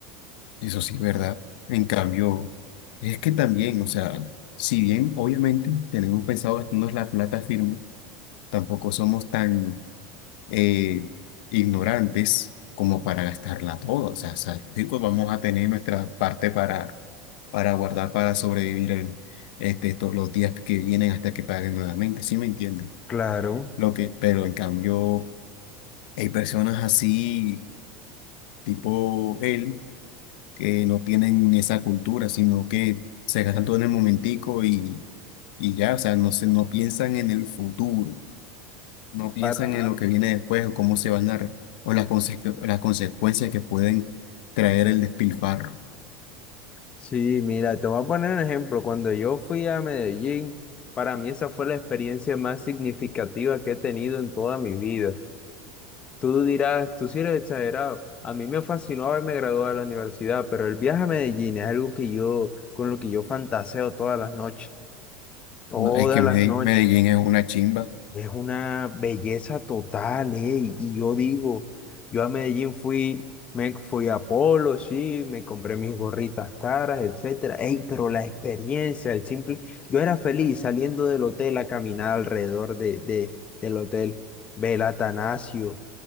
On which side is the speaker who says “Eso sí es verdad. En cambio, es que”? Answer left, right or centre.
Left